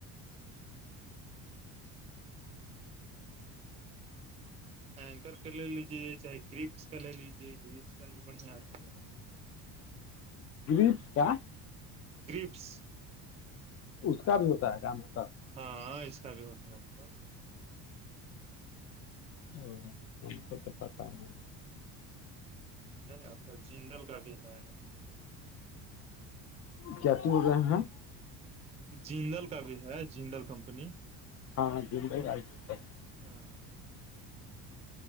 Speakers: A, on the right; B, on the left.
A: اینکر کا لے لیجے چاہے گپس کا لے لیجیے گپس کا بھی بڑھیا آتا
B: اچ کیا
A: کرپس
B: اس کا بھی ہوتا ہے کام ہوتا
A: ہاں اس کا بھی ہوتا ہے مطلب
B: ا ہم کو تو پتا ہو
A: آپ کا جڈل کا بھی ہے
B: کیاچ بول رہے ہیں
A: جینندل کا بھی ہے جندل کمپنی
B: ہاں جن ب آال ہو ہے
A: ہاں